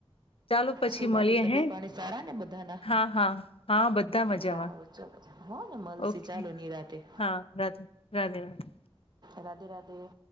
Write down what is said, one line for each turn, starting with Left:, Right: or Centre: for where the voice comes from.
Left: ચાલો પછી
Right: શું બાકી
Left: મળીએ
Right: તબિયત
Left: હે
Right: પાણી સારા ને બધાના?
Left: હા હા હા બધા મજામાં
Right: સારું ચલો હો ને મલસી
Left: ઓકે
Right: ચાલો નિરાતે
Left: હા રાધે રાધે રાધે.
Right: રાધે રાધે.